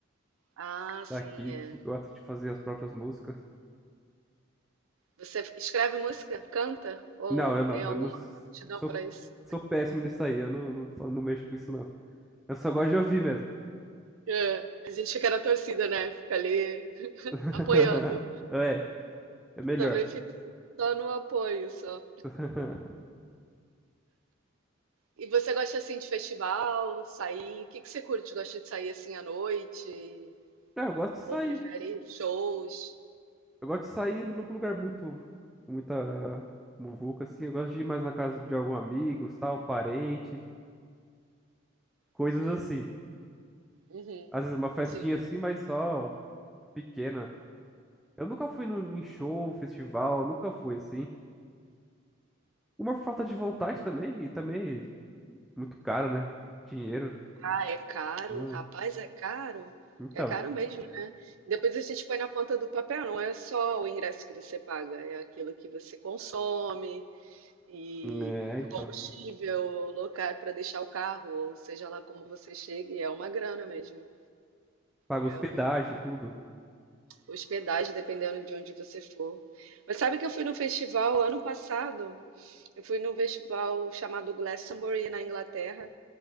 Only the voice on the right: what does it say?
Ah, sim,
é.
Você escreve música? Canta? Ou
tem alguma
aptidão
para isso?
É, a gente fica na torcida, né? Fica ali <laughs>
apoiando.
Também fico só no apoio, só.
E você gosta assim de festival, sair? O que que você curte? Gosta de sair assim à noite?
Ou prefere shows?
Uhum,
uhum,
sim.
Ah, é caro,
rapaz, é caro.
É caro mesmo, né? Depois a gente põe na ponta do papel, não é só o ingresso que você paga, é aquilo que você consome e
combustível, lugar para deixar o carro, ou seja lá como você chegue, é uma grana mesmo.
É
um
hospedagem, dependendo de onde você for. Mas sabe que eu fui num festival ano passado? Eu fui num festival chamado Glastonbury na Inglaterra.